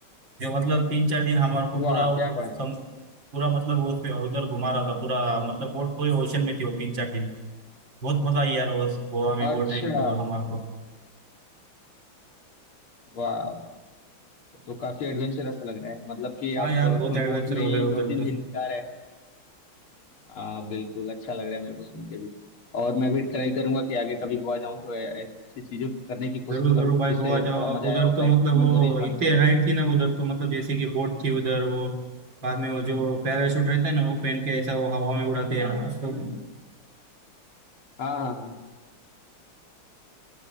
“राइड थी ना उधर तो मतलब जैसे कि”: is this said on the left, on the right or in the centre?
Right